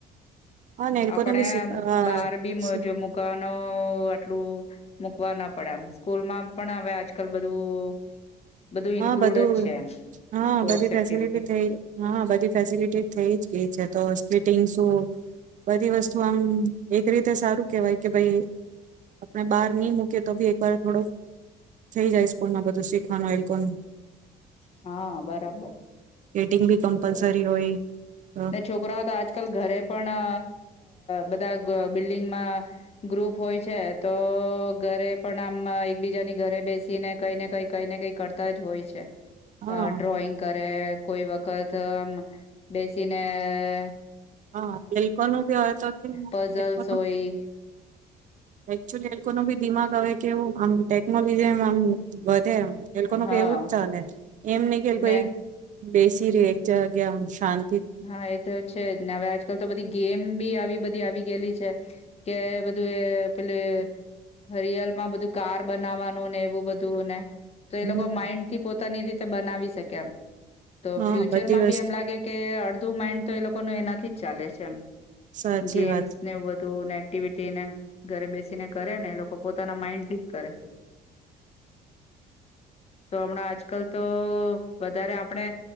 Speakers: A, on the right; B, on the left.
A: હા ને
B: <inaudible>
A: એ લોકોને
B: આપડે
A: બી શીખ
B: આમ
A: અ
B: બારબી
A: શીખ
B: જો મૂકવાનું નો આટલું મૂકવા ના પાડે આમ સ્કૂલમાં પણ હવે આજકાલ બધું બધું
A: હ
B: ઇન્ક્લુડ
A: બધું
B: જ છે એમ
A: હા
B: સ્પોર્ટ્સ
A: બધી ફેસિલટી
B: એક્ટિવિટી
A: થઈ હ બધી ફેસલટી થઈ જ ગઈ છે તો સ્ટિંગ શું બધી વસ્તુ આમ એક રીતે સારું કેવાય. કે ભઈ આપણે બાર ની મૂકે તોબી એક વાર થોડુંક થઈ જાય સ્કૂલમાં બધું શીખવાનું કોનું.
B: હા, બરાબર.
A: િંગ ભી કમ્પલસરી
B: બોલો
A: હોય તો
B: ને છોકરાઓ તો આજકાલ ઘરે પણ અ બધા બિલ્ડિંગમાં ગ્રુપ હોય છે તો ઘરે પણ આમ એકબીજાની ઘરે બેસીને કઈ ને કઈ કઈ ને કઈ કરતા જ હોય છે
A: હા
B: અ ડ્રોઈંગ કરે કોઈ વક્ત તો આ બે તેને
A: હા એ લોકોનુ ભી હવે તો
B: પઝલ્સ
A: <unintelligible>
B: હોય
A: એકચુલી એ લોકોનુ બી દિમાગ હવે કેવું આમ ટેકનોલોજી એમ કે એ લોકોનુ
B: હા
A: એવું જ ચાલે એમ નહી કે
B: ને
A: બેસી રેય એક જગ્યામ શાંત
B: હા એ તો છે જ ને અવે આજ આજ કાલ તો બધી ગેમ બી આવી બધી આવી ગયલી છે કે બધું એ પેલી રિયલમાં બધું કાર બનાવાનું ને એવું બધું ને તો એ
A: હમ
B: લોકો માઇન્ડથી પોતાની રીત તે બનાવી શકે એમ તો
A: હા
B: ફ્યુચરમાં
A: બધી વસ્તુ
B: બી એમ લાગે કે મેન તો એ લોકોને એનાથી જ ચાલે છે એમ
A: સાચી
B: ગેમ્સને
A: વાત
B: બધું એકટીવિટીને ઘરે બેસીને કરે ને એ લોકો પોતાના માઈન્ડથી જ કરે તો હમણા આજકાલ તો વધારે આપણે